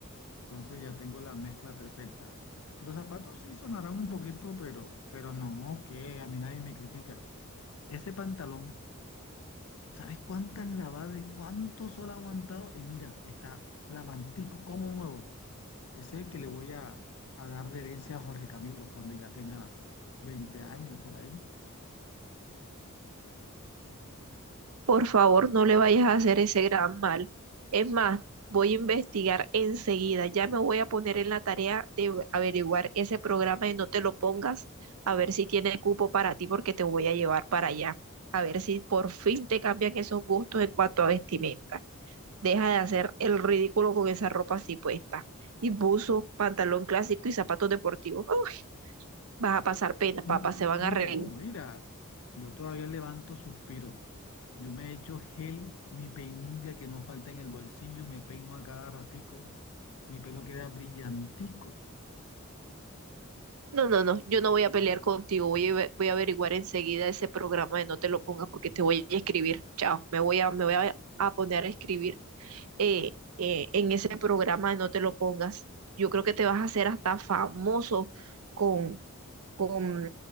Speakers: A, on the left; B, on the right.
A: Entonces ya tengo la mezcla perfecta. Los zapatos sí sonarán un poquito, pero, pero no, que a mí nadie me critica. Ese pantalón, ¿sabes cuántas lavadas, y cuánto sol ha aguantado? Y mira, está flamantico, como nuevo. Ese es el que le voy a, a dar de herencia a Jorge Camilo cuando ya tenga 20 años por ahí.
B: Por favor, no le vayas a hacer ese gran mal. Es más, voy a investigar enseguida. Ya me voy a poner en la tarea de averiguar ese programa y no te lo pongas a ver si tiene cupo para ti porque te voy a llevar para allá. A ver si por fin te cambian esos gustos en cuanto a vestimenta. Deja de hacer el ridículo con esa ropa así puesta. Y buzo, pantalón clásico y zapatos deportivos. Uf, vas a pasar pena,
A: Mm,
B: papá, se van
A: No,
B: a reír.
A: mira, yo todavía levanto suspiros. Yo me echo gel, mi peinilla que no falta en el bolsillo, me peino a cada ratico, mi pelo queda brillantico.
B: No, no, no, yo no voy a pelear contigo, voy a, ve- voy a averiguar enseguida ese programa de no te lo pongas porque te voy a escribir, chao, me voy a, me voy a, a poner a escribir eh, eh, en ese programa de no te lo pongas. Yo creo que te vas a hacer hasta famoso con, con,